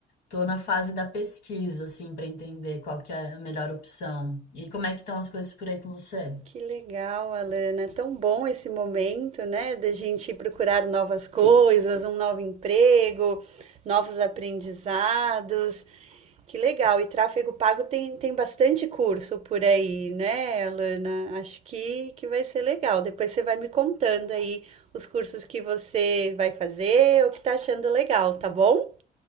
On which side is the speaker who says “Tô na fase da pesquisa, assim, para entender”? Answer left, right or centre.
Left